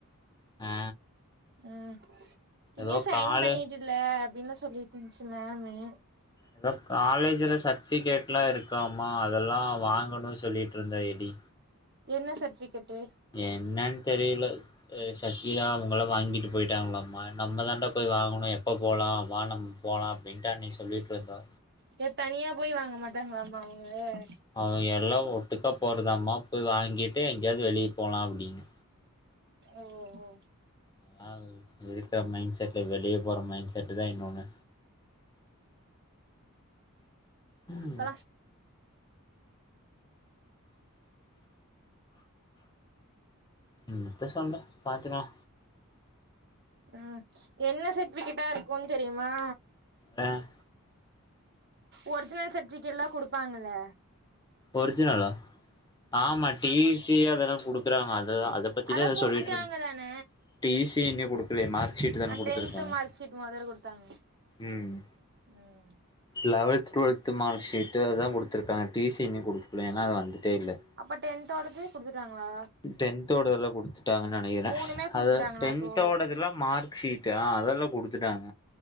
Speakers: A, on the left; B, on the right.
A: ஆ
B: ம் இனி
A: ஏதோ
B: சைன்
A: காலே
B: பண்ணிட்டுல அப்படின்னு சொல்லிட்ருந்துச்சு மேம்மு
A: ஏதோ காலேஜில சர்ட்பிகேட்லா இருக்காமா அதெல்லா வாங்கணுனு சொல்லிட்ருந்தா எடி
B: என்ன சர்ட்டிபிகேட்டு
A: என்னான் தெரியல ஏ ஷக்கில்லா அவங்களாம் வாங்கிட்டு போயிட்டாங்களம்மா நம்ம தான்டா போய் வாங்கணு எப் எப்போ போலா வா நம்ம போலா அப்டின்டு அன்னைக்கு சொல்லிட்டு இருந்தா
B: ஏயா தனியா போய் வாங்க மாட்டாங்களாமா அவுங்க
A: அவுங்க எல்லா ஒட்டுக்கா போறதாம்மா போய் வாங்கிட்டு எங்கயாது வெளிய போகலா அப்டின்னு
B: ஓ ஓ ஓ
A: நா இருக்க மைண்ட்செட்ல வெளிய போற மைண்ட் செட்டு தா இன்னொன்னு
B: பாக்கலா
A: ம் உங்கிட்ட சொன்னே பாத்துக்கலா
B: ம் என்ன சர்பிகேட்டா இருக்குன்னு தெரியுமா?
A: அ
B: ஒரிஜினல் சர்டிபிகேட்லா குடுப்பாங்கலே
A: ஒரிஜினலா ஆமா டி சி அதெல்லா குடுக்குறாங்க அததா அத அத பத்ததா
B: அதெல்லா
A: ஏதோ
B: குடுத்துட்டாங்க
A: சொல்லிட்டு இருந்துச்சி
B: தான
A: டி சி இன்னு குடுத் இல்லையே மார்க் ஷீட் தானே
B: ஆ
A: குடுத்திருப்பாங்க
B: டென்த் மார்க் ஷீட் மொதல்ல குடுத்தாங்க
A: ம்
B: ம்
A: லெவல்த் டுவெல்த் மார்க் ஷீட்டு அதுதா குடுத்திருக்காங்க டி சி இன்னியு குடுக்கல ஏன்னா அது வந்துட்டே இல்ல
B: அப்ப டென்த்தோடது குடுத்துட்டாங்களா?
A: டென்தோடதெல்லா குடுத்துட்டாங்கு நெனைக்கிறே
B: மூணுமே குடுத்துட்டாங்களா
A: அத டென்த்தோடதெல்லா
B: அப்போ
A: மார்க் ஷீட் எனா அதெல்லா குடுத்துட்டாங்க